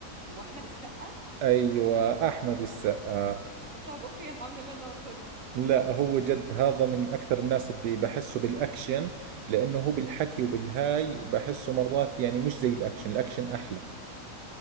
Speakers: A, on the right; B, on the right.
A: واحمد السقا
B: ايوه احمد السقا
A: طب اوكي الحمد لله انا وصلت
B: لا هو جد هذا من اكثر الناس اللي بحسه بالاكشن لانه هو بالحكي وبالهاي بحسه مرات يعني مش زي الاكشن الاكشن احلى